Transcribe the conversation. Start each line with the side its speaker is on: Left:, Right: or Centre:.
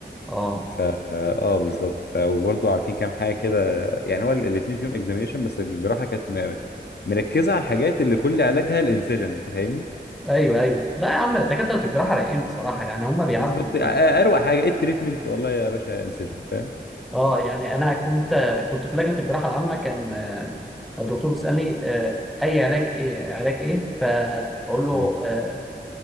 Centre: اه
Left: فا اه بالظبط ف وبرضه عارفين كام حاجه كده يعني هو الاثنين فيهم اكزامينشن بس الجراحه كانت م- مركزه على الحاجات اللي كل علاجها الانسجن انت فاهمني
Centre: ايوه ايوه لا يا عم دكاتره الجراحه رايقين بصراحه يعني هم بيعدوا
Left: بالظبط
Centre: الدنيا
Left: آه، اروق حاجه ايه التريتمنت والله يا باشا انسجن فاهم
Centre: اه يعني انا كنت كنت في لجنه الجراحه العامه كان آه، الدكتور بيسالني آه، اي علاج ايه علاج ايه فاقول له
Left: مم.
Centre: آه،